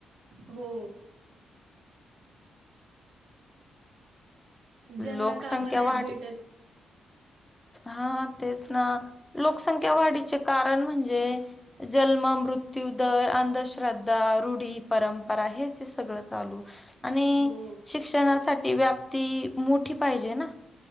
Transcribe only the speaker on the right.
हो जनला
कामाना आहेतत
भेटत-
हो